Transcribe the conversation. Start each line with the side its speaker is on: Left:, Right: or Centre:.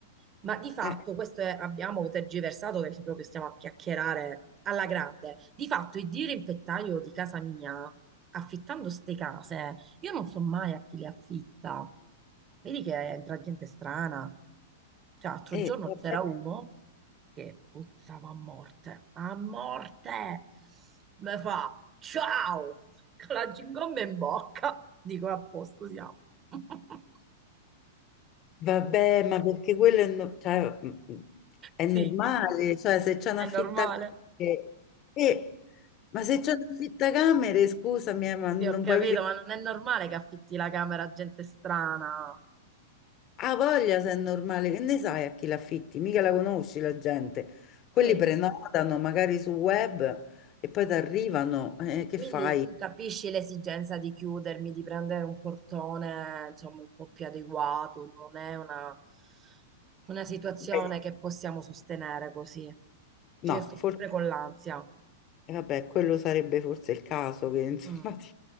Right: Ma di fatto
Left: Eh,
Right: questo è- abbiamo tergiversato perché proprio stiamo a chiacchierare alla grande. Di fatto il dirimpettaio di casa mia, affittando ste case, io non so mai a chi le affitta. Vedi che entra gente strana. Cioè, l'altro
Left: eh,
Right: giorno
Left: vabbè.
Right: c'era uno che puzzava a morte, a morte. Me fa ciao con la gingomba in bocca. Dico a posto siamo. <laughs>
Left: Vabbè, ma perché quello è, no- cioè, mm, mm, è
Right: Sì,
Left: normale, cioè se c'è un
Right: è
Left: affittacamere,
Right: normale.
Left: eh, ma se c'è un affittacamere, scusami, eh, ma non
Right: Sì, ho capito,
Left: puoi mica...
Right: ma non è normale che affitti la camera a gente strana.
Left: Ha voglia se è normale, che ne sai a chi l'affitti? Mica la conosci la gente. Quelli
Right: E
Left: prenotano magari sul web e poi ti arrivano, eh, che
Right: Quindi
Left: fai?
Right: tu capisci l'esigenza di chiudermi, di prendere un portone, insomma, un po' più adeguato, non è una, una situazione
Left: Eh,
Right: che possiamo sostenere così. Cioè,
Left: No,
Right: io sto sempre
Left: forse...
Right: con l'ansia.
Left: E vabbè, quello sarebbe forse il caso che <laughs> insomma
Right: Mm,
Left: ti,